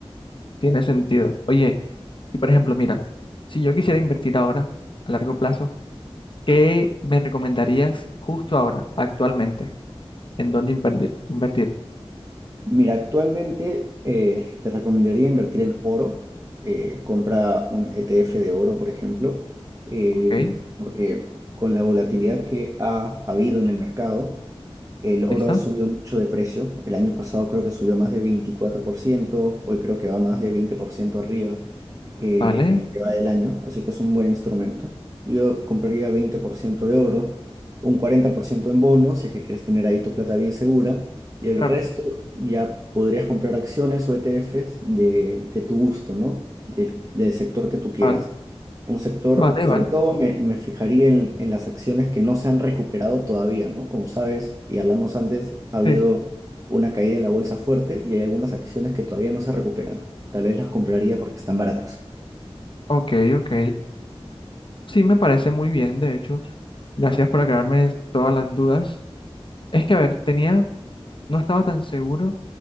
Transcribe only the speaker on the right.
Mira, actualmente eh, te recomendaría invertir en oro. Eh, compra un ETF de oro, por ejemplo, eh,
porque con la volatilidad que ha habido en el mercado, el oro
ha subido mucho de precio. El año pasado creo que subió más de 24%, hoy creo que va más de 20% arriba eh,
en lo que va del año, así que es un buen instrumento. Yo compraría 20% de oro, un 40% en bonos, si es que quieres tener ahí tu plata bien segura, y el
resto ya podrías comprar acciones o ETFs de, de tu gusto, ¿no? Del, del sector que tú quieras.
Un sector,
sobre
todo me, me fijaría en, en las acciones que no se han recuperado todavía, ¿no? Como sabes, y hablamos antes, ha habido
una caída en la bolsa fuerte y hay algunas acciones que todavía no se recuperan. Tal vez las compraría porque están baratas.